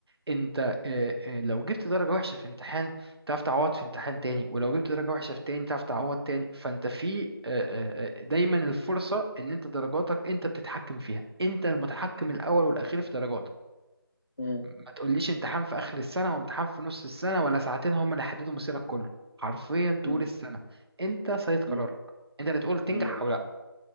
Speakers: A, on the right; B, on the left.
A: انت آه، آه، لو جبت درجه وحشه في امتحان تعرف تعوض في امتحان تاني ولو جبت درجه وحشه في تاني تعرف تعوض تاني فانت في آه، آه، آه، دايما الفرصه ان انت درجاتك انت بتتحكم فيها انت المتحكم الاول والاخير في درجاتك
B: مم.
A: ما تقوليش امتحان في اخر السنه وامتحان في نص السنه ولا ساعتين هم اللي هيحددوا مصيرك كله حرفيا طول
B: مم.
A: السنه انت سيد قرارك
B: مم.
A: انت اللي تقول تنجح
B: مم.
A: او لا